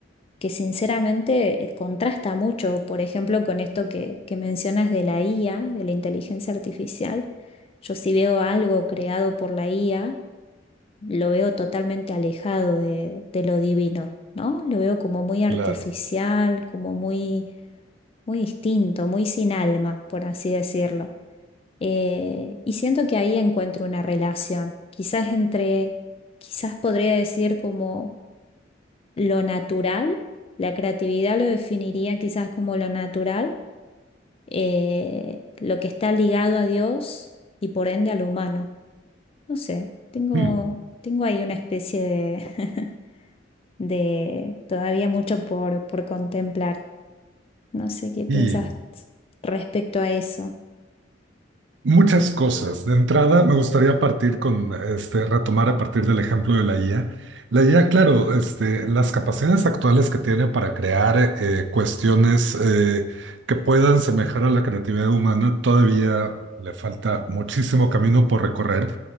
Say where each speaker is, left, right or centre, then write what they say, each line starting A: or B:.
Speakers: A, on the left (about 30°); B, on the right (about 70°).
A: que sinceramente eh, contrasta mucho, por ejemplo, con esto que, que mencionas de la IA, de la inteligencia artificial. Yo si veo algo creado por la IA, lo veo totalmente alejado de, de lo divino, ¿no? Lo veo como muy artificial,
B: claro.
A: como muy, muy distinto, muy sin alma, por así decirlo. Eh, y siento que ahí encuentro una relación, quizás entre, quizás podría decir como lo natural, la creatividad lo definiría quizás como lo natural, eh, lo que está ligado a Dios y por ende al humano. No sé, tengo,
B: Hmm,
A: tengo ahí una especie de, <laughs> de todavía mucho por, por contemplar. No sé qué piensas
B: Y
A: respecto a eso.
B: Muchas cosas. De entrada, me gustaría partir con, este, retomar a partir del ejemplo de la IA. La IA, claro, este, las capacidades actuales que tiene para crear eh, cuestiones eh, que puedan semejar a la creatividad humana, todavía le falta muchísimo camino por recorrer,